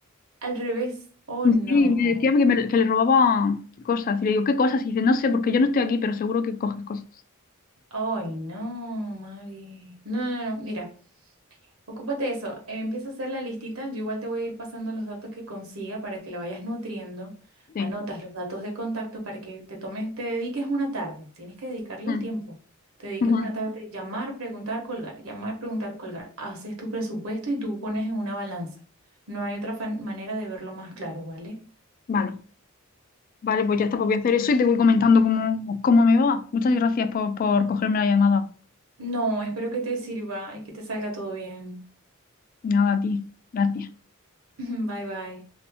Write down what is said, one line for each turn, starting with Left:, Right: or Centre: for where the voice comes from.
Right: Al revés. Oh,
Left: sí,
Right: no.
Left: sí, me decía que, me- que le robaba cosas. Y le digo, ¿qué cosas? Y dice, no sé, porque yo no estoy aquí, pero seguro que coges cosas.
Right: Ay, no, Mari. No, no, no, mira, ocúpate de eso. Eh, empieza a hacer la listita. Yo igual te voy a ir pasando los datos que consiga para que lo vayas nutriendo.
Left: Sí.
Right: Anotas los datos de contacto para que te tomes, te dediques una tarde. Tienes que dedicarle
Left: Mm,
Right: el tiempo. Te dediques
Left: ujú.
Right: una tarde, llamar, preguntar, colgar, llamar, preguntar, colgar. Haces tu presupuesto y tú pones en una balanza. No hay otra fan- manera de verlo más claro, ¿vale?
Left: Vale. Vale, pues ya está, pues voy a hacer eso y te voy comentando cómo, cómo me va. Muchas gracias por, por cogerme la llamada.
Right: No, espero que te sirva y que te salga todo bien.
Left: Nada, a ti. Gracias.
Right: <laughs> Bye bye.